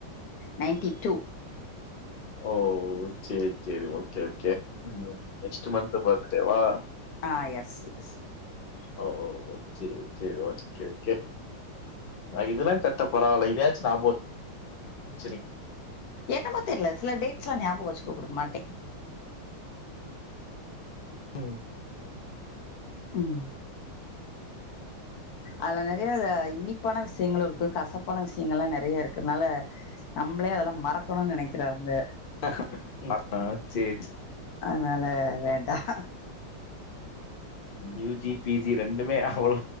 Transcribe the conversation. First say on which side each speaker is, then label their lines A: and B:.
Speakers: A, on the left; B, on the left.
A: ninety two
B: ஓ சேரி சேரி ஒக்கே ஓக்கே உம் நெக்ஸ்டு மன்த் பர்த்டே வா
A: ஆ <inaudible>
B: ஒ ஒ ஒக்கே ஒகே ஒக்கரே ஒகே இதெல்லாம் கட்டப்பரவாயில்ல இதயாச்சு நாப வச்
A: என்னமா தெரியல சில டேஸ் எலாம் ஞாபகம் வச்சு கூப்பிட மாட்
B: ம்
A: உம் அதுல நறைய இனிப்பான விஷயங்களும் இருக்கு கசப்பான விஷயங்கள் எல்லாம் நறைய இருக்குனால நம்மளே அதெல்லாம் மறக்கணும்னு நனைக்கிறவங்க
B: ஆஹ நர்தம் சேர் சேர்
A: அதனால வேண்டாம்
B: யூ ஜி பி ஜி ரெண்டுமே அவ்ளோ